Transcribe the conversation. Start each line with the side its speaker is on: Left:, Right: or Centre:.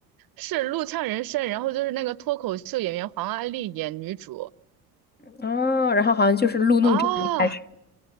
Right: 是《怒呛人生》，然后就是那个脱口秀演员黄阿丽演女主
Left: 哦，然后好像就是路怒症一开始
Right: 啊，